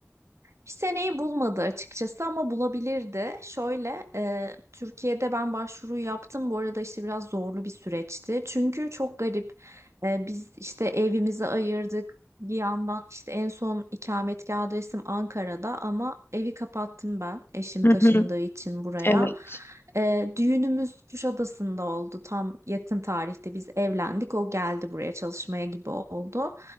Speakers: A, on the right; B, on the left.
A: Seneyi bulmadı açıkçası ama bulabilirdi. Şöyle e, Türkiye'de ben başvuru yaptım. Bu arada işte biraz zorlu bir süreçti. Çünkü çok garip. E, biz işte evimizi ayırdık. Bir yandan işte en son ikametgah adresim Ankara'da ama evi kapattım ben. Eşim
B: Hı
A: taşındığı
B: hı,
A: için buraya.
B: evet.
A: E, düğünümüz Kuşadası'nda oldu. Tam yakın tarihte biz evlendik. O geldi buraya çalışmaya gibi oldu.